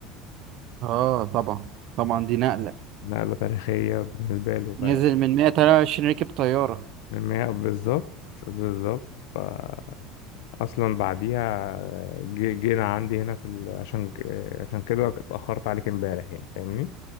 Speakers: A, on the right; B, on the left.
A: اه طبعا طبعا دي نقلة
B: نقلة تاريخية بالنسبة له ف
A: نزل من 123 ركب طيارة
B: ما- بالظبط بالظبط فأصلا بعديها جي- جينا عندي هنا في ال... عشان ك- عشان كده اتأخرت عليك امبارح يعني فاهمني